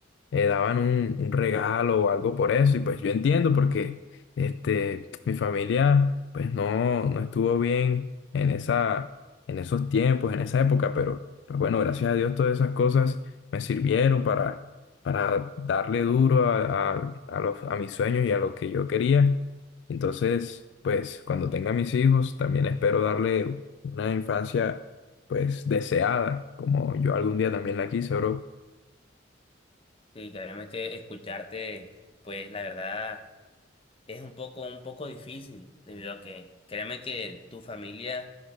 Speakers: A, on the left; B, on the left.
A: eh, daban un, un regalo o algo por eso. Y pues yo entiendo porque este, mi familia pues no, no estuvo bien en esa, en esos tiempos, en esa época, pero pues bueno, gracias a Dios todas esas cosas me sirvieron para, para darle duro a, a- a los, a mis sueños y a lo que yo quería. Entonces, pues cuando tenga mis hijos, también espero darle una infancia pues deseada, como yo algún día también la quise, bro.
B: Y créeme que escucharte, pues la verdad. Es un poco, un poco difícil, debido a que créeme que tu familia